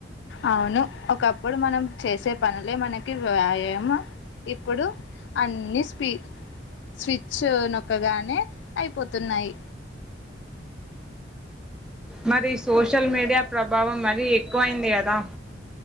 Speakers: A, on the left (about 70°); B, in the centre.
A: అవును ఒకప్పుడు మనం చేసే పనులే మన వ్యాయామం ఇప్పుడు అన్ని స్పీ స్విచ్ నొ చక్కగానే అయిపోతున్నాయి
B: మరి సోషల్ మీడియా ప్రభావం మరీ ఎక్కువయింది కదా